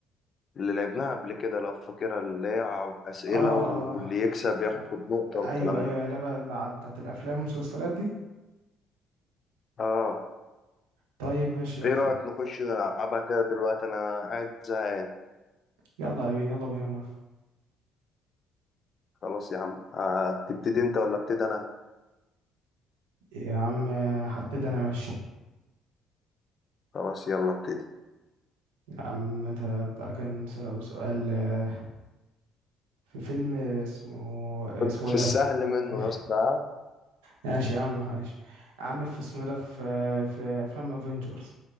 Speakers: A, on the left; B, on the right.
A: اللي لعبناها قبل كده لو فاكرها اللي هي ع- اسئله
B: اه
A: واللي
B: اه
A: يكسب ياخد
B: آه.
A: نقطه والكلام
B: ايوه ايوه
A: ده
B: لا بقى لا، بتاعت الافلام والمسلسلات دي
A: اه
B: طيب ماشي يلا
A: ايه رايك نخش نلعبها كده دلوقتي انا قاعد زهقان
B: يلا بينا يلا بينا موافق
A: خلاص يا عم آه، تبتدي انت ولا ابتدي انا
B: يا عم آه، هبتدي انا ماشي
A: خلاص يلا ابتدي
B: يا عم ت- تعالى كده نسأل اول سؤال آه، في فيلم اسمه اسمه
A: في
B: إيه ده
A: السهل منه
B: ف-
A: يا اسطى
B: ماشي يا عم ماشي يا عم في اسمه إيه ده في في افلام افنجرز